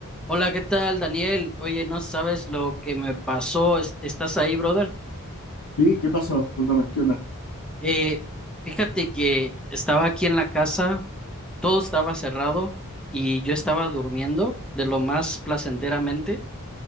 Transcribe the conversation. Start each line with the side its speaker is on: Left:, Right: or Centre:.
Centre: Hola, ¿qué tal, Daniel? Oye, no sabes lo que me pasó. Es- ¿Estás ahí, brother?
Left: Sí, ¿qué pasó? Cuéntame, ¿qué onda?
Centre: Eh, fíjate que estaba aquí en la casa, todo estaba cerrado y yo estaba durmiendo de lo más placenteramente